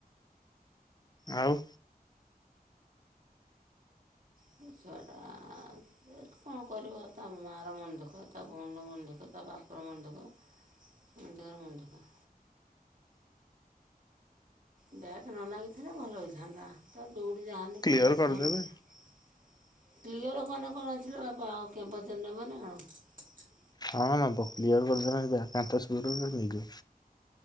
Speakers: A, on the left; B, on the right.
A: ଆଉ
B: ସେ ଛୁଆଟା ଏ କଣ କରିବ ତା ମା ର ମନ ଦୁଃଖ ତା ଭଉଣୀର ମନେ ଦୁଃଖ ତା ବା ବାପା ର ମନ ଦୁଃଖ ସମସ୍ତଙ୍କ ମନ ଦୁଃଖ। ବ୍ୟାକ୍ ନ ଲାଗିଥିଲା ଭଲ ହେଇଥାନ୍ତା ତାର ଯେଉଠି ଜା ହେନେ
A: କ୍ଲିୟର
B: କ୍ୟାମ୍ପସ
A: କରିଦେବେ।
B: ଫମ୍ପସ କ୍ଳିଅର କନେ କଣ ଅଛି ଲୋ ବାପା ଆଉ କେମ୍ପାସ ନବ ନାଁ କଣ।
A: ହଁ ନବ କ୍ଲିୟର କରିଦେନେ <unintelligible> କ୍ୟାମ୍ପସ <unintelligible> ନେଇଯିବ।